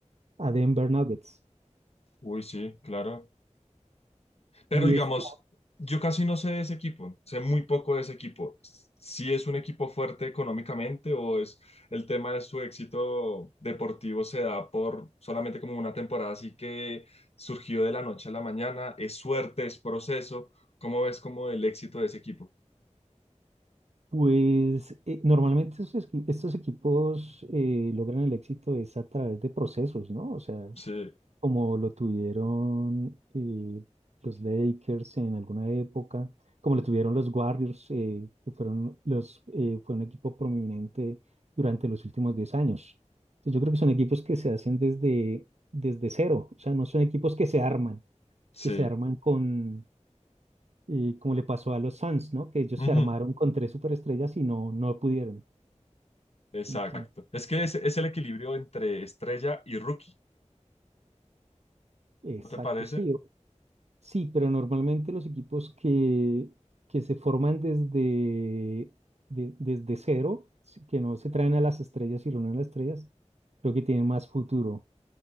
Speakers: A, on the right (about 60°); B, on the left (about 55°).
A: a Denver Nuggets.
B: Uy, sí, claro. Pero
A: Y
B: digamos,
A: esta,
B: yo casi no sé de ese equipo, sé muy poco de ese equipo. Si es un equipo fuerte económicamente o es el tema de su éxito deportivo se da por solamente como una temporada así que surgió de la noche a la mañana, es suerte, es proceso. ¿Cómo ves como el éxito de ese equipo?
A: pues, eh, normalmente estos, equi- estos equipos eh, logran el éxito es a través de procesos, ¿no? O sea,
B: Sí,
A: como lo tuvieron eh, los Lakers en alguna época, como lo tuvieron los Warriors, eh, que fueron los, eh, fue un equipo prominente durante los últimos 10 años. Entonces, yo creo que son equipos que se hacen desde, desde cero, o sea, no son equipos que se arman,
B: sí.
A: que se arman con, eh, como le pasó a los Suns, ¿no? Que ellos
B: Ujú,
A: se armaron con tres superestrellas y no, no pudieron.
B: Exacto.
A: Entonces,
B: Es que es, es el equilibrio entre estrella y rookie,
A: exacto,
B: ¿no te parece?
A: sí. Sí, pero normalmente los equipos que, que se forman desde, de- desde cero, sí, que no se traen a las estrellas y reúnen a las estrellas, creo que tienen más futuro,